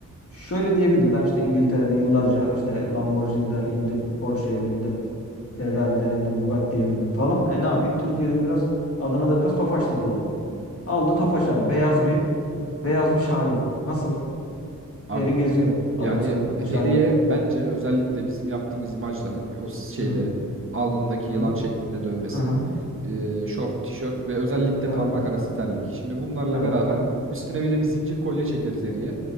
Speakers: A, on the left (about 45°); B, on the right (about 40°).
A: Şöyle diyebilir. Ben işte İngiltere'de yıllarca işte Lamborghini'den indim, Porsche'ye bindim, Ferrari'den indim, Bugatti'ye bindim falan. E ne yapayım? Türkiye'de biraz, Adana'da biraz Tofaş takılalım. Aldı Tofaş abi. Beyaz bir, beyaz bir Şahin. Nasıl?
B: Abi
A: Heri geziyor. Adana
B: yani
A: sokaklarında
B: Harry'e
A: Şahin'i.
B: bence özellikle bizim yaptığımız imajla o şeyde
A: Hı hı.
B: alnındaki
A: Hı
B: yılan
A: hı.
B: şeklinde dövmesi,
A: Hı hı.
B: e, şort, tişört ve özellikle
A: Evet.
B: parmak arası terlik. Şimdi bunlarla
A: Evet.
B: beraber üstüne bir de bir zincir kolye çekeriz Harry'e.